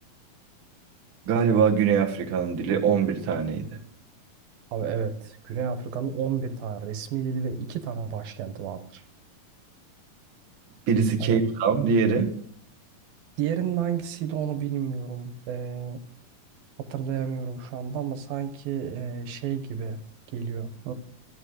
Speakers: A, on the right; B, on the right.
A: galiba Güney Afrika'nın dili 11 taneydi.
B: Abi evet. Güney Afrika'nın 11 tane resmi dili ve 2 tane başkenti vardır.
A: Birisi
B: Hani
A: Cape Town, diğeri
B: diğerinin hangisiydi onu bilmiyorum. Ee, hatırlayamıyorum şu anda ama sanki e, şey gibi geliyor.